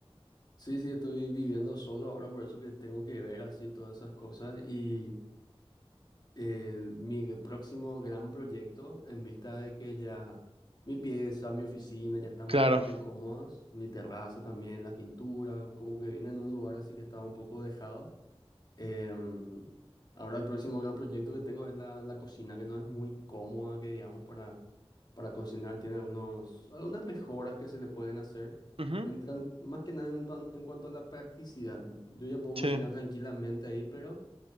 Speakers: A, on the left; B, on the right.
A: Sí, sí, estoy viviendo solo ahora, por eso que tengo que ver así todas esas cosas y... el- mi próximo gran proyecto, en vista de que ya mi pieza, mi oficina ya están
B: Claro.
A: bastante cómodas, mi terraza también, la pintura, como que vine en un lugar así que estaba un poco dejado. Em, ahora el próximo gran proyecto que tengo es la, la cocina, que no es muy cómoda, que digamos, para, para cocinar, tiene algunos, algunas mejoras que se le pueden hacer.
B: Ujú,
A: Entran, más que nada en, tan- en cuanto a la practicidad. Yo ya puedo
B: Sí.
A: cocinar tranquilamente ahí, pero...